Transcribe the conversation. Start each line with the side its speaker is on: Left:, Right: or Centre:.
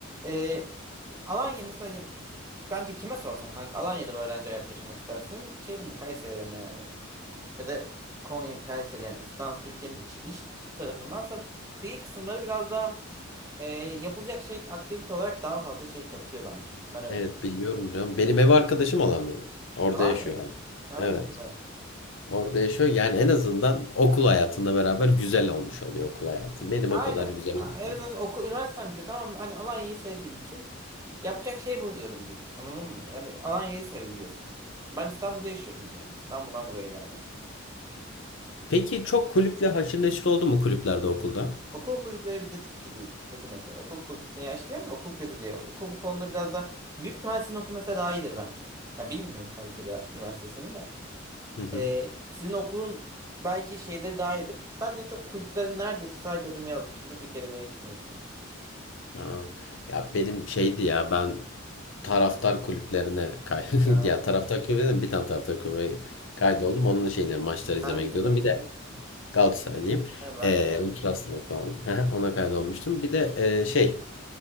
Right: e, Alanya mesela bence kime sorsan kanka Alanya'da bir öğrenci hayatı yaşamak istersin. Şeyde mi Kayseri'de mi yani? Ya da Konya Kayseri yani İstanbul Türkiye'nin iç, iç tarafındansa kıyı kısımları biraz daha Ee, yapılacak şey aktivite olarak daha fazla şey katıyor bence. Ben öyle
Left: Evet
Right: düşünüyorum.
Left: biliyorum canım. Benim ev arkadaşım Alanyalı. Orada
Right: Alanya'da.
Left: yaşıyor abi.
Right: Ha
Left: Evet.
Right: ne güzel.
Left: Orada yaşıyor. Yani en azından okul hayatında beraber güzel olmuş oluyor okul hayatı. Benim
Right: Aynen.
Left: o kadar güzel
Right: A-
Left: olmadı.
Right: En azından okul, üniversitem kötü ama hani Alanya'yı sevdiğim için yapacak şey buluyorum diyeyim. Anladın mı? Yani Alanya'yı seviyorsun. Ben İstanbul'da yaşıyorum bir de yani. İstanbul'dan buraya geldim.
Left: Peki çok kulüple haşır neşir oldu mu kulüplerde okulda?
Right: Okul kulüpleri bizde çok iyi değil. Kötü mesela. Okul kulüpleri ya işte diyorum ya okul kötü diye. Okul bu konuda biraz da büyük ihtimal sizin okul mesela daha iyidir bence. Ya bilmiyorum Kayseri Üniversitesi'nin de.
Left: Hı hı.
Right: Ee, sizin okulun belki şeyleri daha iyidir. Ben de çok kulüplerin neredeyse sadece adımı yazmışımdır. Bir kere bile gitmemişimdir.
Left: Aa, ya benim şeydi ya ben taraftar kulüplerine kay
Right: Ha,
Left: <laughs> ya taraftar kulübüne bir tane taraftar kulübüne kaydoldum. Onun şeyleri maçları
Right: hangi
Left: izlemeye
Right: takımlısın?
Left: gidiyordum. Bir de Galatasaraylıyım.
Right: Ha, ben
Left: Ee,
Right: de Galatasaray'ım.
Left: Ultras'la falan. <laughs> Ona kaydolmuştum. Bir de e, şey